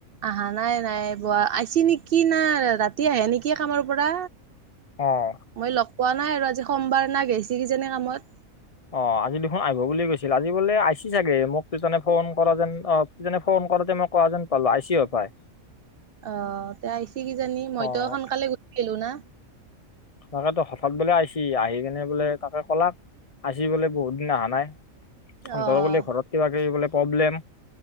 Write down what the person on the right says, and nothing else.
আহা নাই নাই বোৱা আইছি নেকি না ৰাতি আহে নেকি কামৰ পৰা
মই লগ পোৱা নাই আৰু আজি সোমবাৰ না গেইছি কিজানে কামত।
অ', আইছি কি জানি মইতো
সোনকালে গুচি আহিলো না।
অ'